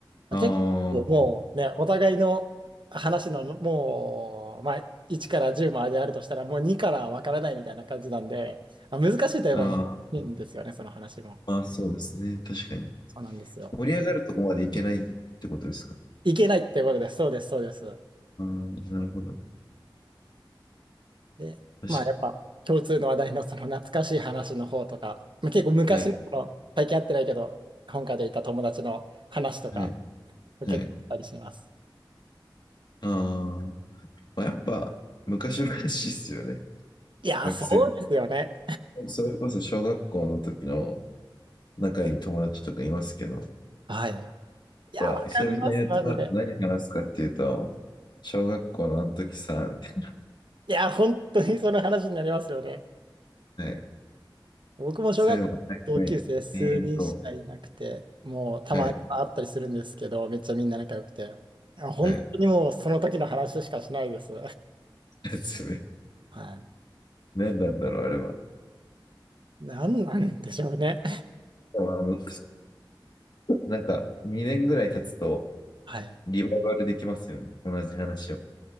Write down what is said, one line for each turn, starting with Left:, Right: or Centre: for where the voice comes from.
Left: あ
Right: 結構もうね、お互いの話のもう、まあ、1から10まであるとしたら、もう2からわからないみたいな感じなんで、まあ、難しいといえば難しいんですよね、
Left: あ、ああ、
Right: その話も。
Left: まあそうですね。確かに。
Right: そうなんですよ。
Left: 盛り上がるとこまでいけないってことですか
Right: いけないっていうことです。そうです、そうです。
Left: ああ、なるほど。
Right: で、
Left: 確か
Right: まあやっぱ共通の話題のその懐かしい話の方とか、まあ結構昔の、
Left: に。はい。
Right: その最近会ってないけど、本家でいた友達の話とか、
Left: はい。
Right: 結構あったりします。
Left: はい。ああ。まあ、やっぱ、昔々っすよね。
Right: いやー、
Left: 学生。
Right: そうですよね。
Left: それこそ小学校の時の仲いい友達とかいますけど、や
Right: はい。いや、
Left: っぱ、
Right: わかります、
Left: 久々に集まると何話すかっていうと、
Right: マジで。
Left: 小学校のあの時さ、みたい
Right: いや、本当にその話になりますよね。
Left: な。はい。
Right: 僕も小学校同級生数人しかいなくて、
Left: そういうの、はいはい。延々と。
Right: もうたまに会ったりするんですけど、
Left: はい。
Right: めっちゃみんな仲良くて、あ本当にもうその時の話しかしないです。
Left: はい。やつね。
Right: はい。
Left: 何なんだろう、あれは。
Right: なんなんでしょうね。
Left: でも、あの、なんか、2年ぐらい経つと、
Right: はい。
Left: リバイバルできますよね。同じ話を。